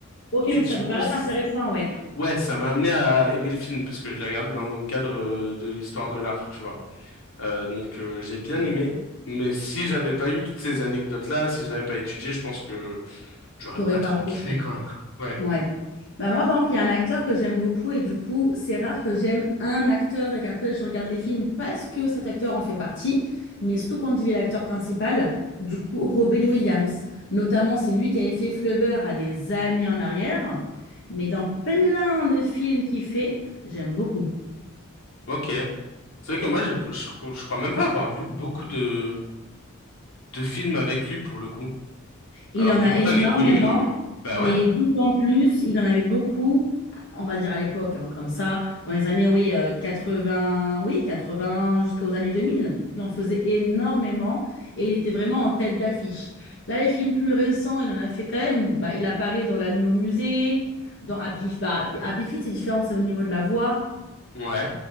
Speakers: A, on the left (about 60°); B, on the left (about 80°).
A: Ok,
B: Et du
A: ça peut
B: coup,
A: paraître
B: c-
A: intéressant, ouais.
B: Ouais, ça m'a amené à aimer le film parce que je l'ai regardé dans le cadre euh, de l'histoire de l'art, tu vois. Euh, donc euh, j'ai bien aimé, mais si j'avais pas eu toutes ces anecdotes-là, si je l'avais pas étudié, je pense que j'aurais
A: T'aurais
B: pas
A: pas
B: trop
A: accroché.
B: kiffé quoi. <laughs> Ouais.
A: Ouais. Bah moi, par exemple, il y a un acteur que j'aime beaucoup et du coup, c'est rare que j'aime un acteur et qu'après je regarde les films parce que cet acteur en fait partie, mais surtout quand il est l'acteur principal, du coup, Robin Williams. Notamment, c'est lui qui avait fait Flubber à des années en arrière, mais dans plein de films qu'il fait, j'aime beaucoup.
B: Ok. C'est vrai que moi, j'ai- je, cro- je crois même pas avoir vu beaucoup de de films avec lui pour le coup.
A: Il
B: Alors
A: en
B: que
A: a
B: pourtant
A: énormément,
B: il est connu là. hein. Bah
A: mais
B: ouais.
A: d'autant plus, il en avait beaucoup, on va dire à l'époque, hein, comme ça, dans les années, oui, euh, 80, oui, 80 jusqu'aux années 2000, Il en faisait énormément et il était vraiment en tête d'affiche. Là, les films plus récents, il en a fait quand même, bah, il apparaît dans La Nuit au musée, dans Happy, bah, Happy Feet, c'est différent, c'est au niveau de la voix.
B: Ouais.